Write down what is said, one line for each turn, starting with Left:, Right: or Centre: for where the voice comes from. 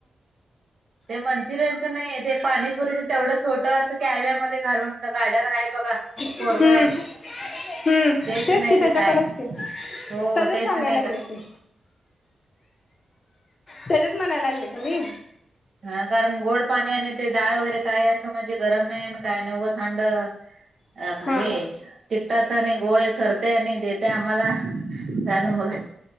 Right: ते मंचुरियनच नाही ते पाणीपुरीच तेवढंच. छोट असं कॅरव्या म घालून गाडर आहे बघा
Left: हम्म
Right: कोरगय
Left: हम्म
Right: टेस्ट
Left: तेच
Right: नाही
Left: की त्याच्याकडच
Right: ते काय
Left: की
Right: हो
Left: त्याच्याच
Right: टेस्ट
Left: सांगायला
Right: नाही काय.
Left: लागले की त्याच्याच म्हणायला लागले का मी
Right: हा कारण गोड पाणी आणि ते डाळ वगैरे काय असं म्हणजे गरम नाही आणि काय नाही उग थंड आपलं
Left: हा
Right: हे तिखटाचं आणि गोड एक करते आणि देत आम्हाला झालं मग.